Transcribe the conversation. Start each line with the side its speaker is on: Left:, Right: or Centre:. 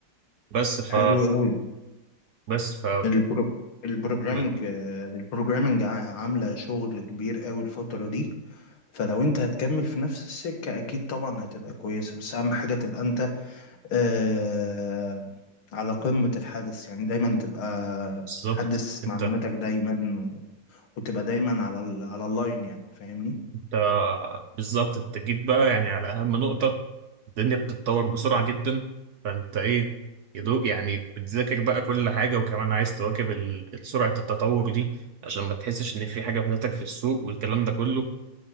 Right: بس ف
Left: حلو قوي
Right: بس ف
Left: البرو... البروجرامينج
Right: م-
Left: آه، البروجرامينج ع- عاملة شغل كبير قوي الفترة دي فلو انت هتكمل في نفس السكة اكيد طبعا هتبقى كويسة بس اهم حاجة تبقى انت آه على قمة الحدث يعني دايما تبقى
Right: بالظبط
Left: بتحدث
Right: انت
Left: معلوماتك دايما و... وتبقى دايما على ال... على اللاين يعني فاهمني؟
Right: آه، بالظبط انت جيت بقى يعني على اهم نقطة الدنيا بتتطور بسرعة جدا فانت ايه يدوق يعني بتذاكر بقى كل حاجة وكمان عايز تواكب ال- سرعة التطور دي عشان ما تحسش ان في حاجة فاتتك في السوق والكلام ده كله